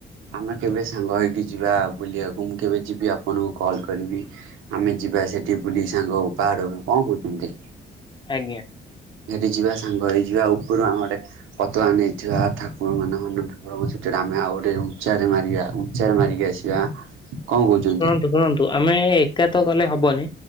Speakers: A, on the right; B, on the left.
A: ଆମେ କେବେ ସାଙ୍ଗ ହେଇକି ଯିବା ବୁଲିବାକୁ ମୁଁ କେବେ ଯିବି ଆପଣଙ୍କୁ କଲ୍ କରିବି ଆମେ ଯିବା ସେଠି ବୁଲି ସାଙ୍ଗ ପାହାଡକୁ କଣ କହୁଛନ୍ତି।
B: ଆଜ୍ଞା।
A: ଘରି ଯିବା ସାଙ୍ଗ ହେଇଯିବା ଉପରୁ ଆମେ ପତଳା ନେଇଥିବା ଠାକୁର ମାନେ ଠାକୁରଙ୍କ ଆମେ ଆଉ ଗୋଟେ ଉଚରେ ମାରିବା ଉଞ୍ଚରେ ମାରିକି ଆସିବା କଣ କହୁଛନ୍ତି।
B: ଶୁଣନ୍ତୁ ଶୁଣନ୍ତୁ ଆମେ ଏକା ତ ଗଲେ ହବନି